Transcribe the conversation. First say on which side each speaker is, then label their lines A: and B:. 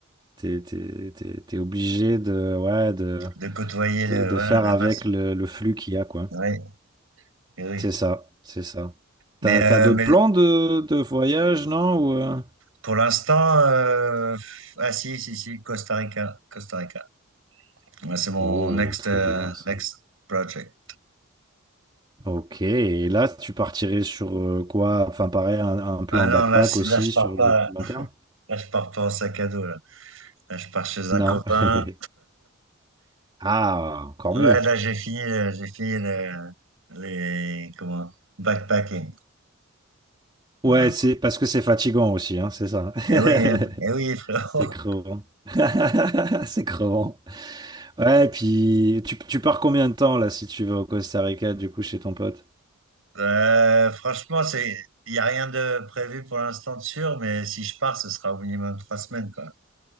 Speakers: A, on the right (about 20°); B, on the right (about 70°).
A: t'es, t'es, t'es, t'es obligé de, ouais, de,
B: de côtoyer
A: de,
B: le-
A: de
B: voilà,
A: faire
B: la
A: avec
B: masse.
A: le, le flux qu'il y a, quoi.
B: Oui, oui.
A: C'est ça, c'est ça.
B: Mais,
A: T'as,
B: euh,
A: t'as d'autres
B: mais
A: plans de, de voyage, non? ou, euh,
B: pour l'instant, euh, ah si, si, si, Costa Rica. Costa Rica. Ouais, c'est mon
A: Oh,
B: next,
A: très
B: euh,
A: bien, ça.
B: next project.
A: Ok, et là, tu partirais sur euh, quoi? Enfin, pareil, un, un plan
B: Ah non,
A: backpack
B: là, je-
A: aussi
B: là, je
A: sur
B: pars pas.
A: du plus long terme?
B: Là, je pars pas en sac à dos, là. Là, je pars chez un
A: Non.
B: copain.
A: <laughs> Ah, encore
B: Ouais,
A: mieux.
B: là, j'ai fini, le- j'ai fini le, les, comment, backpacking.
A: Ouais,
B: Ouais.
A: c'est parce que c'est fatigant aussi, hein, c'est ça.
B: Eh
A: <laughs>
B: oui, hein. Eh oui, frérot.
A: C'est crevant. <laughs> C'est crevant. Ouais, et puis tu, tu pars combien de temps là si tu vas au Costa Rica, du coup, chez ton pote?
B: Euh, franchement, c'est, il n'y a rien de prévu pour l'instant de sûr, mais si je pars, ce sera au minimum trois semaines, quoi.